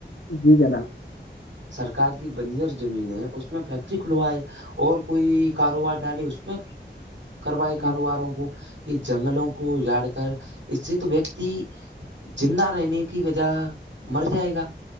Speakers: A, on the left (about 75°); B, on the right (about 80°).
A: جی جناب
B: سرک کی بنجر زمین ہے اس میں فیکٹری کھلوائے اور کوئی کاروبار ڈالے اس میں کروائے
A: جی
B: کاروباروں کو جنگلوں کو جاڑ کر اس سے تو ویکتی جا رہےنے کی وجہ مر جائے گا